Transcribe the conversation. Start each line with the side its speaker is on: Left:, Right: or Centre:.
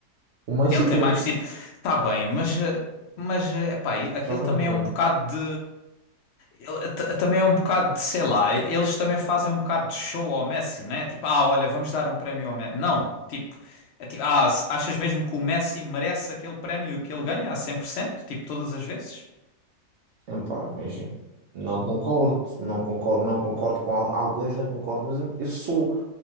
Right: O Messi
Left: Ele tem
Right: tem,
Left: mais tiro. Tá bem, mas, eh, mas eh, epá, e- aquilo
Right: sabem
Left: também
Right: o quê?
Left: é um bocado de. ele t- também é um bocado de, sei lá, eles também fazem um bocado de show ao Messi, né? Tipo, ah, olha, vamos dar um prémio ao Messi. Não, tipo, é tipo, ah, se- achas mesmo que o Messi merece aquele prémio que ele ganha a cem por cento Tipo, todas as vezes?
Right: Epá, imagina, não concordo, não concordo, não concordo com al- alguns, não concordo, mas eu sou,